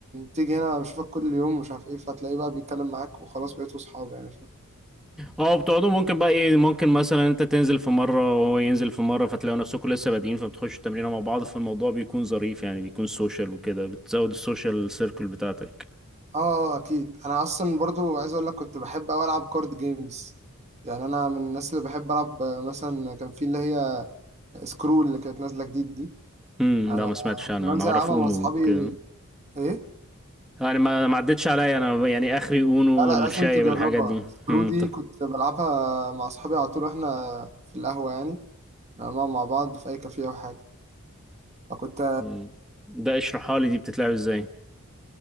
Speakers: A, on the right; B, in the centre.
A: تيجي هنا بشوفك كل يوم مش عارف ايه فتلاقيه بقى بيتكلم معاك وخلاص بقيتوا اصحاب يعني فاهم
B: اه بتقعدوا ممكن بقى ايه ممكن مثلا انت تنزل في مرة وهو ينزل في مرة فتلاقوا نفسكم لسه بادئين فبتخشوا التمرين مع بعض فالموضوع بيكون ظريف يعني بيكون سوشيال وكده بتزود السوشيال سيركل بتاعتك
A: اه آه، اكيد انا اصلا برضو عايز اقول لك كنت بحب اوي العب كارد جيمز يعني انا من الناس اللي بحب العب آه، مثلا كان في اللي هي سكرول اللي كانت نازله جديد دي
B: امم
A: انا
B: لا ما سمعتش انا
A: كنت بنزل
B: انا اعرف
A: العبها
B: اونو
A: مع اصحابي
B: كده
A: ايه
B: يعني ما ما عدتش عليا انا يعني اخري اونو
A: لا لا
B: الشايب
A: لازم تجربها
B: الحاجات دي
A: سكرو
B: امم
A: دي
B: طب
A: كنت بلعبها مع اصحابي على طول واحنا في القهوه يعني لما بنقعد مع بعض في اي كافيه او حاجه فكنت
B: مم. ده اشرحها لي دي بتتلعب ازاي